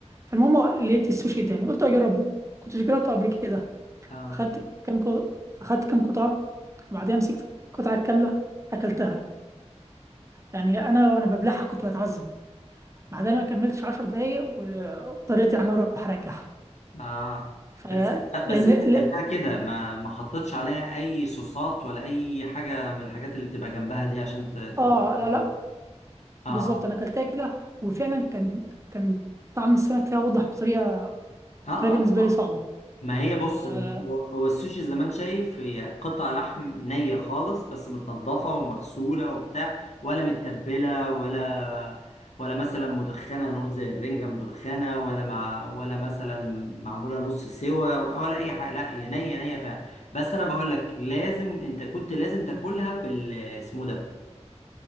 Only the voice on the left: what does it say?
اه
آه.
بس أنت
بس أنت أكلتها
كده ما ما حطيتش عليها أي صوصات ولا أي حاجة من الحاجات اللي بتبقى جنبها دي عشان ت... ت-
<laughs>
آه
آه
ما هي بص
هو هو السوشي زي ما انت شايف هي قطع لحم نية خالص بس متنضفة ومغسولة وبتاع ولا متبلة ولا ولا مثلا مدخنة هنقول زي الرنجة مدخنة ولا مع ولا مثلا معمولة نص سوا ولا أي حاجة لا هي نية نية فعلا بس أنا بقول لك لازم أنت كنت لازم تاكلها بال اسمه ده